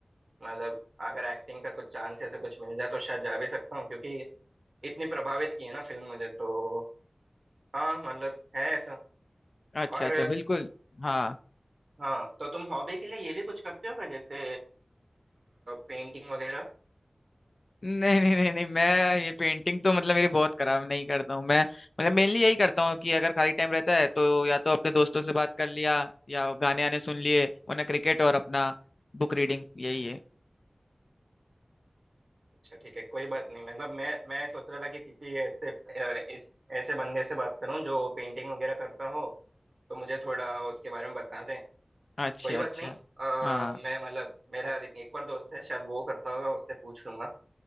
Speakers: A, on the right; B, on the left.
A: मतलब अगर एक्टिंग का कुछ चांस ऐसा कुछ मिल जाए तो शायद जा भी सकता हूँ क्योंकि इतनी प्रभावित की है ना फिल्म मुझे तो हाँ मतलब है ऐसा
B: अच्छा
A: और
B: अच्छा बिल्कुल हाँ
A: हाँ तो तुम हॉबी के लिए ये भी कुछ करते हो क्या जैसे पेंटिंग वगैरह
B: नहीं नहीं नहीं नहीं मैं ये पेंटिंग तो मतलब मेरी बहुत खराब नहीं करता हूँ मैं मतलब मेनली यही करता हूँ कि अगर खाली टाइम रहता है तो या तो अपने दोस्तों से बात कर लिया या गाने आने सुन लिए वरना क्रिकेट और अपना बुक रीडिंग यही है
A: अच्छा ठीक है कोई बात नहीं मतलब मैं मैं सोच रहा था कि किसी ऐसे अ, इस ऐसे बंदे से बात करूं जो पेंटिंग वगैरह करता हो तो मुझे थोड़ा उसके बारे में बता दें
B: अच्छा
A: कोई बात
B: अच्छा
A: नहीं आ,
B: हाँ
A: मैं मतलब मेरा एक एक और दोस्त है शायद वो करता होगा उससे पूछ लूंगा